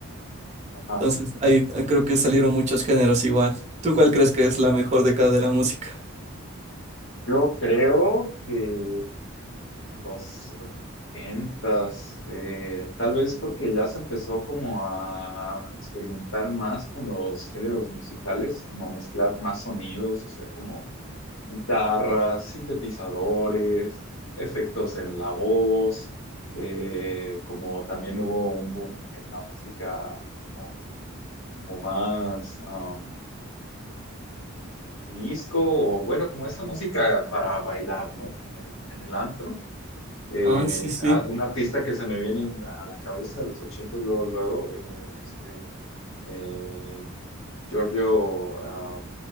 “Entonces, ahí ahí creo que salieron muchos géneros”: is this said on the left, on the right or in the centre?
Right